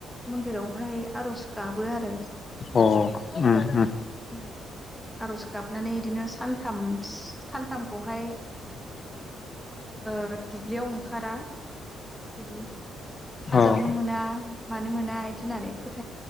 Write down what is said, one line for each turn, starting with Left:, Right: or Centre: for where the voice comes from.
Centre: मन्दिरावहाय आर'ज गाबो आरो
Left: अ उम उम
Centre: उम आरज गाबनानै बिदिनो सान <unintelligible> सानथामखौहाय ओ दुब्लियाव ओंखारा बिदि हाजावनो
Left: औ
Centre: मोना मानो मोना दिनानै फोथा